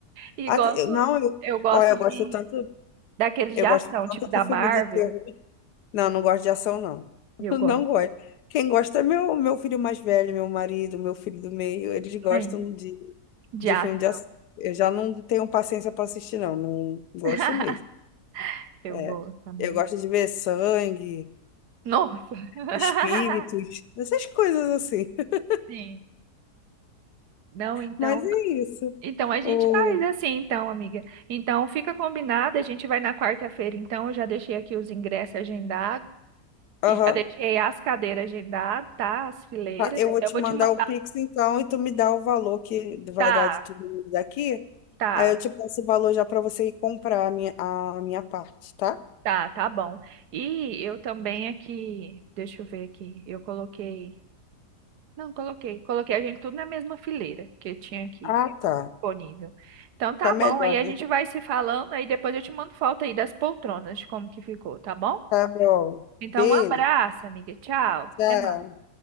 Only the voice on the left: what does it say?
Ah,
t- eu- não, eu,
olha, eu
gosto tanto,
eu
gosto
tanto
de filme
de terror. Não, não gosto de ação, não. <laughs>
Não gosto. Quem gosta é meu, meu filho mais velho, meu marido, meu filho do meio. Eles gostam
de,
de
filme de ação. Eu já não tenho paciência para assistir, não. Não gosto
mesmo.
É.
Eu gosto de ver sangue.
espíritos, essas coisas assim. <laughs>
Mas é isso.
O...
Aham.
Tá, eu vou
te
mandar
o Pix então e tu me dá o valor que vai
dar de tudo daqui.
Aí eu te passo o valor já para você ir comprar a minha, a minha parte, tá?
Ah, tá.
Fica melhor,
né?
Tá bom.
Beijo,
tchau.